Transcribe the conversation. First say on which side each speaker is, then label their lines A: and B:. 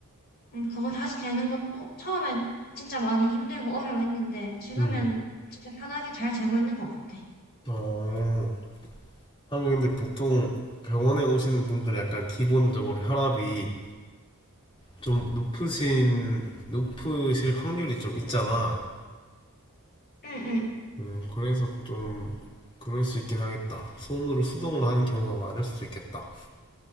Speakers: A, on the left (about 45°); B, on the left (about 25°).
A: 음, 그거 다시 재는 것도 처음엔 진짜 많이 힘들고 어려워했는데 지금은
B: 음.
A: 진짜 편하게 잘 재고 있는 것 같아.
B: 어. 하긴 근데 보통 병원에 오시는 분들은 약간 기본적으로 혈압이 좀 높으신 높으실 확률이 좀 있잖아.
A: 응응
B: 음, 그래서 좀 그럴 수 있긴 하겠다. 손으로 수동으로 하는 경우가 많을 수도 있겠다.